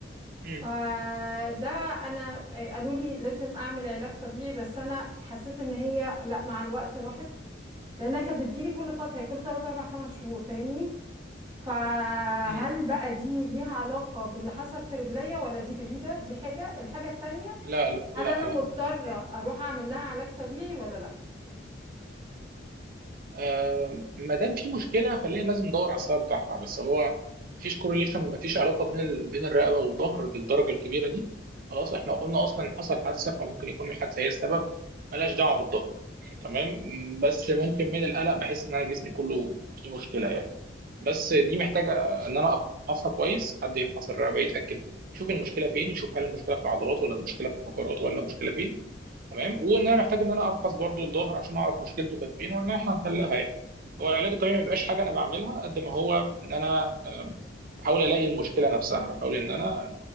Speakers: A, on the right (about 45°); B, on the right (about 25°).
A: م-
B: فده أنا آه، قالوا لي لازم أعمل علاج طبيعي بس أنا حسيت إن هي لأ مع الوقت راحت لأنها كانت بتجيلي كل فترة كل 3 4 5 شهور فاهمني فهل
A: م-
B: بقى دي ليها علاقة باللي حصل في رجليا ولا دي بعيدة دي حاجة الحاجة التانية
A: لا لا
B: هل أنا
A: لا
B: مضطرة
A: م-
B: أروح أعمل لها علاج طبيعي ولا لأ
A: آه، ما دام في مشكله خلينا لازم ندور على السبب بتاعها بس هو مفيش كورليشن مفيش علاقه بين ال... بين الرقبه والظهر بالدرجه الكبيره دي خلاص احنا قلنا اصلا حصل حادثه فممكن يكون الحادثه هي السبب ملهاش دعوه بالظهر تمام م، بس ممكن من القلق بحس ان انا جسمي كله فيه مشكله يعني بس دي محتاجه آه، ان انا افحصها كويس حد يفحص الرقبه يتاكد يشوف المشكله فين يشوف هل المشكله في العضلات ولا المشكله في الفقرات ولا المشكله فين تمام وان انا محتاج ان انا افحص برضو الظهر عشان اعرف مشكلته كانت فين وان احنا هنحلها يعني. هو العلاج الطبيعي ما بيبقاش حاجه انا بعملها قد ما هو ان انا آم، بحاول الاقي المشكله نفسها بحاول ان انا